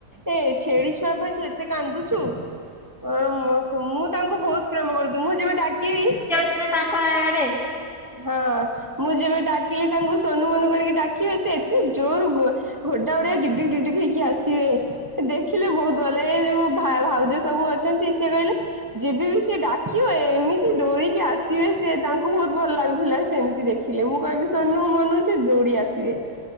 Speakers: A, on the right (about 20°); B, in the centre.
A: ଏ ଛେଳିଛୁଆ ପାଇଁ ତୁ ଏତେ କାନ୍ଦୁଛୁ, ଅ, ମୋ ସ- ମୁଁ ତାଙ୍କୁ ବହୁତ ପ୍ରେମ କରୁଚୁ, ମୁଁ ଯେବେ ଡାକିବି
B: କିନା ତାଙ୍କ ଆରେ
A: ହଁ ମୁଁ ଯେବେ ଡାକିଲି ତାଙ୍କୁ ସୋନୁ ମନୁ କରିକି ଡାକିବି ସେ ଏତେ ଜୋରୁ ଗୋ ଘୋଡା ଗୋଡି ଡିଗ୍ ଡିଗ୍ ଡିଗ୍ ହେଇକି ଆସିବେ। ଏ ଦେଖିଲେ ବହୁତ ଭଲ ଲାଗେ, ଏଇ ଯୋଉ ମୋ ଭା- ଭାଉଜ ସବୁ ଅଛନ୍ତି ସିଏ କହିଲେ ଯେବେ ବିି ସିଏ ଡାକିବ ଏ, ଏମିତି ଦୌଡିକି ଆସିବେ ସେ ତାଙ୍କୁ ବହୁତ ଭଲ ଲାଗୁଥିଲା ସେମିତି ଦେଖିଲେ, ମୁଁ କହିବି ସୋନୁ ମନୁ ସେ ଦୌଡି ଆସିବେ।